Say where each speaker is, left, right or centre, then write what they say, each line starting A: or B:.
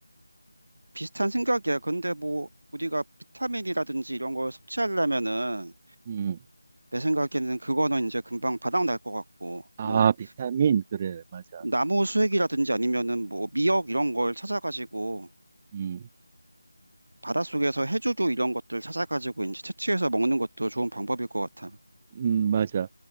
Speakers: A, on the right (about 70°); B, on the right (about 20°).
A: 비슷한 생각이야. 근데 뭐, 우리가 비타민이라든지 이런 걸 섭취하려면은,
B: 음.
A: 내 생각에는 그거는 이제 금방 바닥날 것 같고,
B: 아,
A: 뭐,
B: 비타민. 그래, 맞아.
A: 나무 수액이라든지 아니면은 뭐, 미역 이런 걸 찾아가지고,
B: 음.
A: 바닷속에서 해조류 이런 것들 찾아가지고 이제 채취해서 먹는 것도 좋은 방법일 것 같아.
B: 음, 맞아.